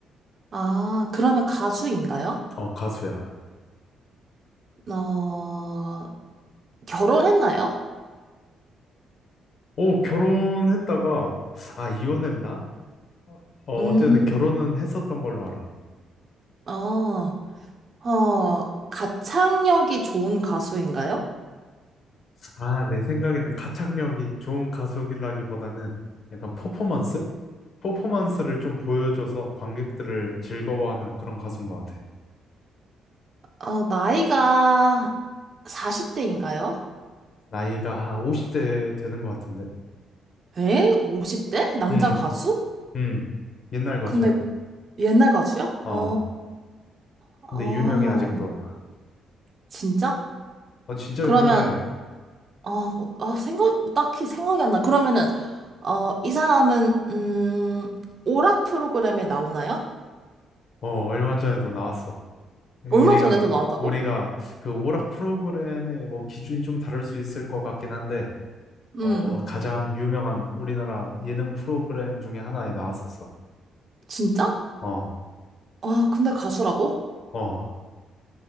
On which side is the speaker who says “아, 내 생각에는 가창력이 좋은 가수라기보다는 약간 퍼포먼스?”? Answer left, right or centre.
Left